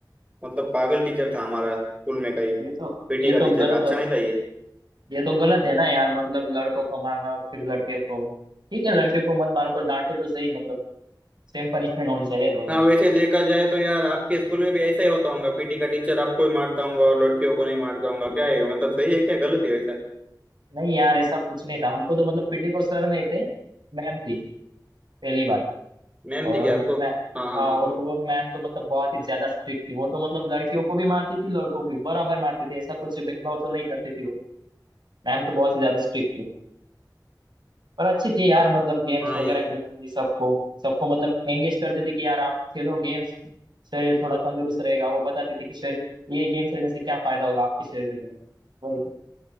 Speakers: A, on the right (about 20°); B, on the right (about 80°).
A: मतलब पागल टीचर था हमारा स्कूल में का ही
B: ये तो
A: पीटी
B: ये
A: का टीचर
B: तो गलत
A: अच्छा
B: हो
A: नहीं था ये
B: ये तो गलत है ना यार मतलब लड़कों को मारना और फिर लड़कियों को ठीक है लड़कियों को मत मारो पर डांटो तो सही मतलब सेम पनिशमेंट होनी चाहिए दोनों
A: हाँ
B: को
A: वैसे देखा जाए तो यार आपके स्कूल में भी ऐसा ही होता होगा पीटी का टीचर आपको ही मारता होगा और लड़कियों को नहीं मारता होगा क्या है मतलब सही है क्या गलत है वैसा
B: नहीं यार ऐसा कुछ नहीं था हमको तो मतलब पीटी को सर नहीं थे मैम थी पहली बार
A: मैम
B: और
A: ठीक है
B: वो
A: आपको
B: मैं
A: हाँ
B: हाँ
A: हाँ
B: और वो मैम तो मतलब बहुत ही ज्यादा स्ट्रिक्ट थी वो तो मतलब लड़कियों को भी मारती थी लड़कों को भी बराबर मारती थी ऐसा कुछ भेदभाव तो नहीं करती थी वो मैम तो बहुत ही ज्यादा स्ट्रिक्ट थी पर अच्छी थी यार मतलब गेम्स
A: हाँ हाँ
B: वगैरह
A: यार
B: खिलाती थी सबको सबको मतलब एंगेज करती थी कि यार आप खेलो गेम्स शरीर थोड़ा तंदुरुस्त रहेगा वो बताती थी कि शरीर ये गेम खेलने से क्या फायदा होगा आपके शरीर को वही